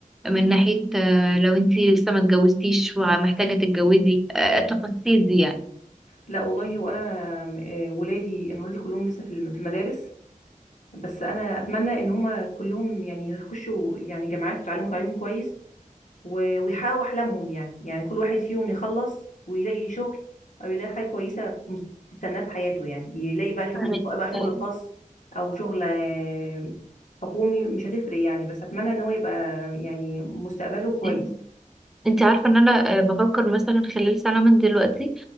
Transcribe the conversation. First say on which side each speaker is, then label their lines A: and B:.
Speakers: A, in the centre; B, on the left.
A: من ناحية آه، لو انتي لسه ما اتجوزتيش ومحتاجة تتجوزي آه، التفاصيل دي يعني
B: لا والله وأنا آه، ولادي أنا ولادي كلهم لسه في الم- في المدارس بس أنا أتمنى إن هما كلهم يعني يخشوا يعني جامعات ويتعلموا تعليم كويس و- ويحققوا أحلامهم يعني يعني كل واحد فيهم يخلص ويلاقي شغل أو يلاقي حاجة كويسة في مس- تستناه في حياته يعني يلاقي بقى شغل
A: فاهمك.
B: سواء بقى شغل
A: آه،
B: خاص أو شغل آه، حكومي مش هتفرق يعني بس أتمنى إن هو يبقى يعني مستقبله كويس
A: إن- انتي عارفة ان انا آه، بفكر مثلا خلال سنة من دلوقتي